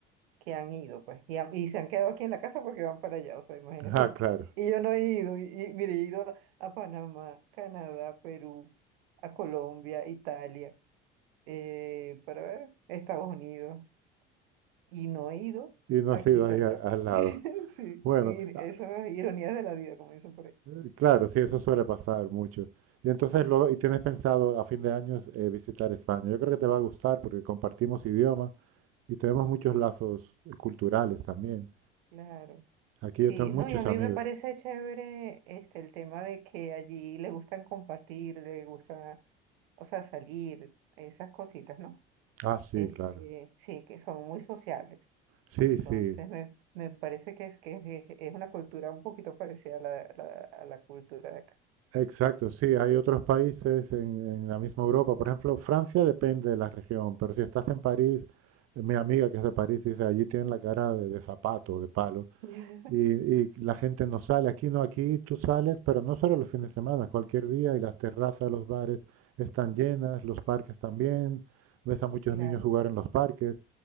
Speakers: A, on the right (about 75°); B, on the right (about 55°).
A: que han ido, pues, y, han- y se han quedado aquí en la casa porque van para allá, o sea, imagínese
B: Ah,
A: usted.
B: claro.
A: Y yo no he ido, y, y mire, he ido a Panamá, Canadá, Perú, a Colombia, Italia, eh, para ver, Estados Unidos, y no he ido
B: Y no
A: aquí
B: ha sido
A: cerca.
B: ahí al, al lado.
A: <laughs> Sí,
B: Bueno,
A: y
B: ah,
A: esas ironías de la vida, como dicen por ahí.
B: eh, claro, sí, eso suele pasar mucho. Y entonces luego, y tienes pensado a fin de año eh, visitar España. Yo creo que te va a gustar porque compartimos idioma y tenemos muchos lazos eh, culturales también.
A: Claro.
B: Aquí
A: Sí,
B: yo tengo muchos
A: no, y a mí
B: amigos.
A: me parece chévere este, el tema de que allí le gustan compartir, le gusta, o sea, salir, esas cositas, ¿no?
B: Ah, sí,
A: este,
B: claro.
A: sí, que son muy sociables.
B: Sí,
A: Entonces,
B: sí,
A: me, me parece que es, que es, es una cultura un poquito parecida a la, a la, a la cultura de acá.
B: exacto,
A: En-
B: sí, hay otros países en, en la misma Europa, por ejemplo, Francia depende de la región, pero si estás en París, eh, mi amiga que es de París dice, allí tienen la cara de, de zapato, de palo,
A: <laughs>
B: y, y la gente no sale, aquí no, aquí tú sales, pero no solo los fines de semana, cualquier día, y las terrazas de los bares están llenas, los parques también, ves a muchos
A: Claro,
B: niños jugar en los parques,